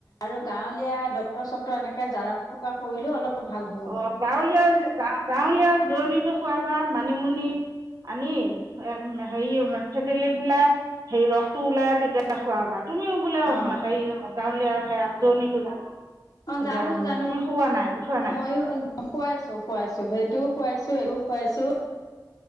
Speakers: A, on the left; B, on the right.
A: আৰু গাওঁলীৱা ডক চকতৰ এনেকে জৰা-ফুকা কৰিলো অলপ ভাল হ'ল।
B: অ গাঁৱলীয়া, গাঁৱলীয়া জৰণিটো খোৱাবা, মানিমুনি। আনি, হেৰি থেঠেলি পালেই সেই ৰসটো ওলাই, তেতিয়া খোৱাবা তুমিও বোলে,
A: অ
B: হেৰি গাঁৱলীয়া সেইয়া জৰণটো জানা।
A: অ
B: এতিয়া
A: জানো,
B: উম,
A: জানো
B: তুমি খোৱা নাই উঠোৱা নাই
A: মইয়ো খোৱাইছো, খোৱাইছো সেইটোও খোৱাইছো, এইটোও খোৱাইছো।